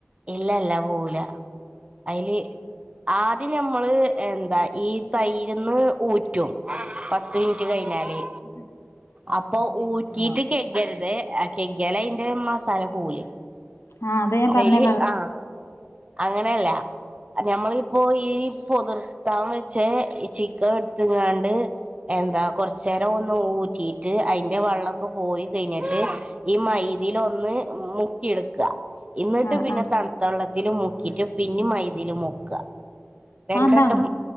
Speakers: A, on the right (about 30°); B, on the left (about 85°).
A: ഇല്ലല്ല പോവൂല അയില് ആ അത് ഞമ്മള് എന്താ ഈ തൈര്ന്ന് ഊറ്റും പത്ത് മിനിറ്റ് കഴിഞ്ഞാല്
B: <inaudible>
A: അപ്പൊ ഊറ്റിട്ട് കെഖരുതെ ഖെഖിയാല് അയിന്റെ മസാല പോവൂലേ
B: ആ അത് ഞാൻ പറഞ്ഞെ
A: അയില്
B: വെള
A: ആ അങ്ങനെയല്ലാ ഞമ്മളിപ്പോ ഈ പൊതിർത്താൻ വെച്ചേ ഈ ചിക്കൻ എടുത്തുങ്ങാണ്ട് എന്താ കൊറച്ചേരം ഒന്ന് ഊറ്റിട്ട് അയ് അതിന്റെ വെള്ളൊക്കെപോയി കഴിഞ്ഞിട്ട് ഈ മൈദേലൊന്ന് മുക്കിയെടുക്കാ എന്നിട്ട്
B: ആഹ്
A: പിന്നെ
B: ആഹ്
A: തണുത്ത വെള്ളത്തില് മുക്കിട്ട് പിന്നെ മൈദേല് മുക്കുക രണ്ടട്ടം
B: അതെന്താ അങ്ങ